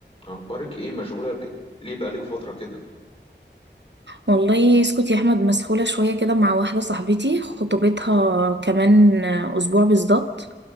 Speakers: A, on the left; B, on the right.
A: اخبارك ايه مشغوله ب... ليه بقالك فتره كده
B: والله اسكت يا احمد مسحولة شوية كده مع واحدة صاحبتي خطوبتها كمان اسبوع بالظبط